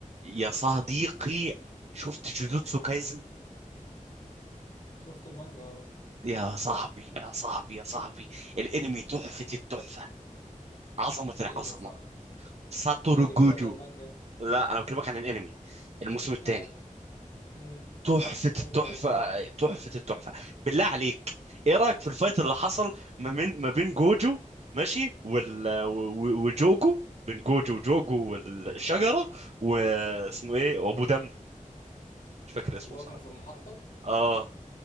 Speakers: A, on the right; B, on the left.
A: يا صديقي شفت جوجوتسو كايزن
B: شفت المانجا اه
A: يا صاحبي يا صاحبي يا صاحبي الانمي تحفة التحفة عظمة
B: ايوه
A: العظمة
B: صح
A: ساتورو
B: الانمي
A: جوجو
B: ولا المانجا
A: لا انا بكلمك عن الانمي الموسم الثاني
B: اه امم
A: تحفة
B: صح جامد
A: التحفة
B: قوي
A: تحفة التحفة بالله عليك ايه رأيك في الفايت اللي حصل ما بين ما بين جوجو ماشي وال و- و- وجوجو بين جوجو وجوجو والشجرة واسمه ايه وابو دم مش فاكر اسمه
B: اللي هو
A: صح
B: كان في المحطة
A: اه